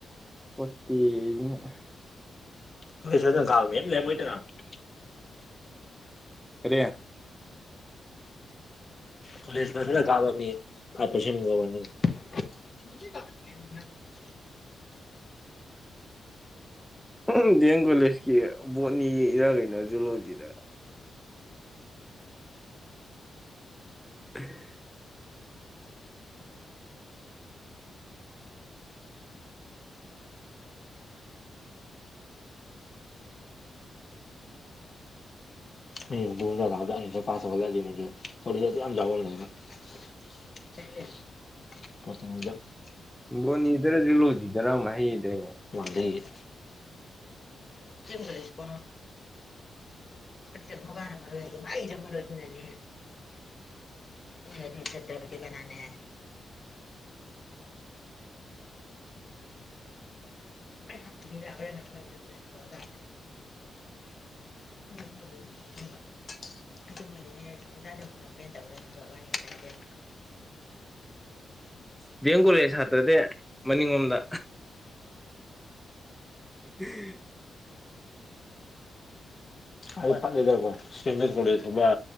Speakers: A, in the centre; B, on the left.
A: ꯄꯠꯇꯤꯖꯤꯅ <inaudible>
B: <unintelligible>
A: ꯀꯥꯔꯤ
B: ꯀꯣꯂꯦꯖ ꯐꯖꯟꯅꯥ ꯀꯕ ꯃꯤ ꯐꯥꯏ꯭ꯞ ꯄꯔꯁꯟ ꯃꯨꯛ ꯑ‌ꯣꯏꯔꯝꯅꯤ <unintelligible>
A: ꯎꯝ ꯗꯤ ꯑꯦꯝ ꯀꯣꯂꯦꯖꯀꯤ ꯕꯣꯔꯠꯅꯤ ꯏꯔꯥꯡ ꯀꯩꯅꯣꯁꯨ ꯂꯣꯏꯗ꯭ꯔꯤꯔ <unintelligible>
B: <unintelligible> <unintelligible>
A: ꯕꯣꯅꯤꯗꯔ ꯖꯨꯂ‌ꯣꯖꯤꯗꯔ ꯑꯝ ꯍꯥꯏꯒꯤꯗꯥꯏꯅ‌‌ꯦ
B: ꯋꯥꯟꯗꯩ <unintelligible> <unintelligible> ꯑꯗꯨꯗꯤ ꯆꯇ꯭ꯔꯄꯨꯇ ꯀꯅꯥꯅ <unintelligible> <unintelligible> <unintelligible> ꯀꯝꯄ꯭ꯂꯦꯟ ꯇꯧꯔꯅꯤꯕ ꯋꯥꯔꯤ ꯁꯥ
A: ꯗꯤ ꯑꯦꯝ ꯀꯣꯂꯦꯖ ꯁꯥꯇ꯭ꯔꯗꯤ ꯃꯅꯤꯡꯂꯣꯝꯗ <unintelligible>
B: ꯑꯩ ꯐꯠꯂꯦꯗꯀꯣ ꯁꯤ ꯑꯦꯝ ꯑꯦꯁ ꯀꯣꯂꯦꯖ ꯍꯥꯏꯕ